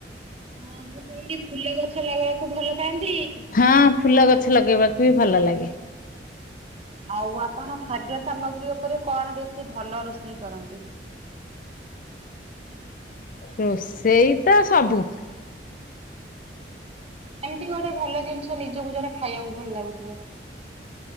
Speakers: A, on the right (about 35°); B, on the left (about 50°).
A: ହଁ ମୁଁ କହିଲି ଫୁଲ ଗଛ ଲଗେଇବାକୁ ଭଲ ପାଆନ୍ତି?
B: ହଁ ଫୁଲ ଗଛ ଲଗେଇବାକୁ ବି ଭଲ ଲାଗେ।
A: ଆଉ ଆପଣ ଖାଦ୍ୟ ସାମଗ୍ରୀ ଉପରେ କଣ ବେଶୀ ଭଲ ରୋଷେଇ କରନ୍ତି?
B: ରୋଷେଇ ତ ସବୁ।
A: ଏମତି ଗୋଟେ ଭଲ ଜିନିଷ ନିଜକୁ ଯୋଉଟା ଖାଇବାକୁ ଭଲ ଲାଗୁଥିବ?